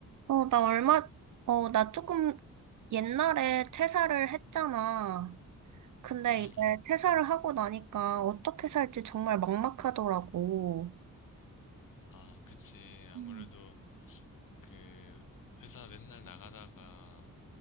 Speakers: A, on the right; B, on the left.
A: 어, 나 얼마, 어, 나 조금 옛날에 퇴사를 했잖아. 근데
B: 응, 응.
A: 이제 퇴사를 하고 나니까 어떻게 살지 정말 막막하더라고.
B: 아, 그치. 아무래도
A: 음,
B: 그 회사 맨날 나가다가